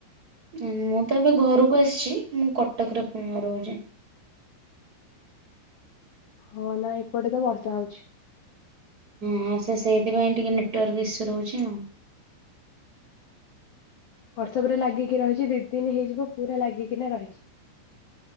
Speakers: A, on the right; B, on the left.
A: ମୁଁ ତ ଏବେ ଘରକୁ ଆସିଚି। ମୁଁ କଟକରେ ରହୁଚି।
B: ହଁ ନା ଏପଟେ ତ ବର୍ଷା ହଉଚି।
A: ହଁ ସେ ସେଇଥିପାଇଁ ଟିକେ ନେଟୱାର୍କ ଇସ୍ୟୁ ରହୁଚି ଆଉ।
B: ବର୍ଷା ପୁରା ଲାଗିକି ରହିଚି ଦି ଦିନି ହେଇଯିବ ପୁରା ଲାଗିକିନା ରହିଚି।